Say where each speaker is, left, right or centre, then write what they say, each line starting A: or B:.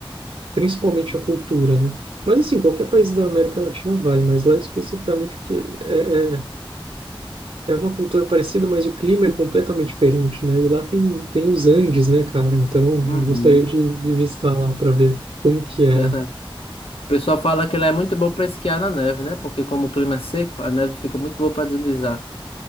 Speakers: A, on the right; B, on the left.
A: principalmente a cultura, né? Mas assim, qualquer país da América Latina vale, mas lá especificamente porque é, é, é uma cultura parecida, mas o clima é completamente diferente, né? E lá tem, tem os Andes, né, cara? Então,
B: Uhum,
A: eu gostaria de, de visitar lá para ver como que é,
B: verdade.
A: né?
B: O pessoal fala que lá é muito bom para esquiar na neve, né? Porque como o clima é seco, a neve fica muito boa para deslizar.